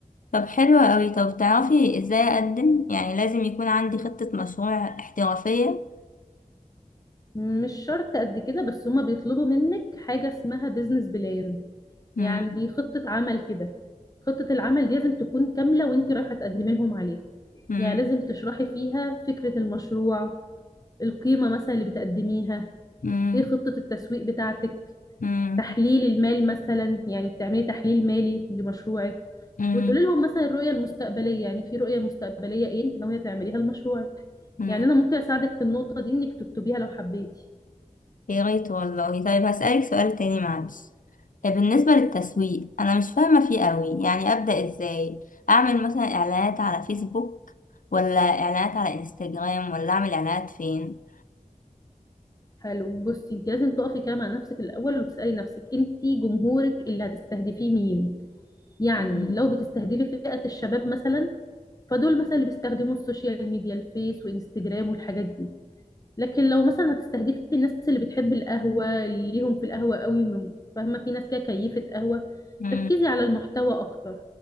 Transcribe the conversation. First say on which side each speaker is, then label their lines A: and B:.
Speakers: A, on the left (about 70°); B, on the left (about 25°).
A: طب حلو أوي طب تعرفي إزاي أقدم؟ يعني لازم يكون عندي خطة مشروع احترافية؟
B: مش شرط قد كده بس هما بيطلبوا منك حاجه اسمها بيزنس بلان
A: مم.
B: يعني خطه عمل كده خطه العمل دي لازم تكون كامله وانت رايحه تقدمي لهم عليها
A: مم.
B: يعني لازم تشرحي فيها فكره المشروع القيمه مثلا اللي بتقدميها
A: مم.
B: ايه خطه التسويق بتاعتك
A: مم.
B: تحليل المال مثلا يعني بتعملي تحليل مالي لمشروعك
A: مم.
B: وتقولي لهم مثلا الرؤية المستقبلية يعني في رؤية مستقبلية ايه انت ناوية تعمليها لمشروعك
A: مم.
B: يعني انا ممكن اساعدك في النقطة دي انك تكتبيها لو حبيتي
A: يا ريت والله طيب هسألك سؤال تاني معلش طيب بالنسبة للتسويق أنا مش فاهمة فيه قوي يعني أبدأ إزاي أعمل مثلا إعلانات على فيسبوك ولا إعلانات على إنستجرام ولا أعمل إعلانات فين
B: حلو بصي انت لازم تقفي كده مع نفسك الاول وتسألي نفسك انت جمهورك اللي هتستهدفيه مين يعني
A: مم.
B: لو بتستهدفي فئة الشباب مثلا فدول مثلا اللي بيستخدموا السوشيال ميديا الفيس وانستجرام والحاجات دي لكن لو مثلا هتستهدفي الناس اللي بتحب القهوة اللي ليهم في القهوة قوي من- فاهمة في ناس كده كيفة قهوة
A: مم.
B: ركزي على المحتوى أكتر